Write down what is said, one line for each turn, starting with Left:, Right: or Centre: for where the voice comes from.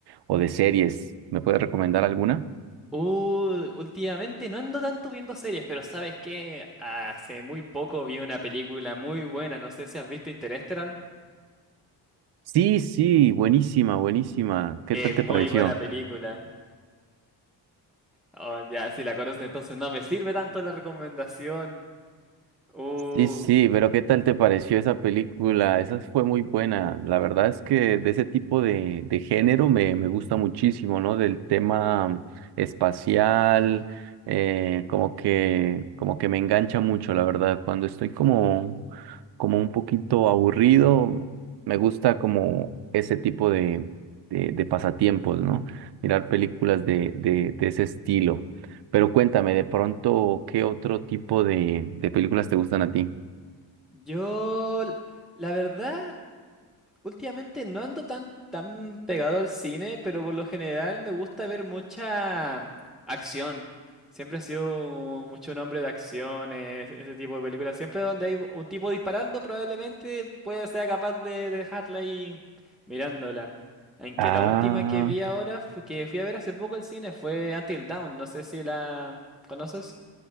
Right: o de series, ¿me puedes recomendar alguna?
Centre: Uh, últimamente no ando tanto viendo series, pero ¿sabes qué? Hace muy poco vi una película muy buena, no sé si has visto Interestelar.
Right: Sí, sí, buenísima, buenísima, ¿qué
Centre: Es
Right: tal te
Centre: muy
Right: pareció?
Centre: buena película. Oh, ya, si la conoces, entonces no me sirve tanto la recomendación. Uh,
Right: Sí, sí, pero ¿qué tal te pareció esa película? Esa fue muy buena. La verdad es que de ese tipo de, de género me, me gusta muchísimo, ¿no? Del tema espacial, eh, como que, como que me engancha mucho, la verdad. Cuando estoy como, como un poquito aburrido, me gusta como ese tipo de, de, de pasatiempos, ¿no? Mirar películas de, de, de ese estilo. Pero cuéntame, de pronto, ¿qué otro tipo de, de películas te gustan a ti?
Centre: yo, la verdad, Últimamente no ando tan, tan pegado al cine, pero por lo general me gusta ver mucha acción. Siempre he sido mucho un hombre de acciones, ese tipo de películas. Siempre donde hay un tipo disparando, probablemente pueda sea capaz de dejarla ahí mirándola. Aunque
Right: Ah,
Centre: la última que vi ahora, fue- que fui a ver hace poco al cine, fue Until Dawn. No sé si la conoces.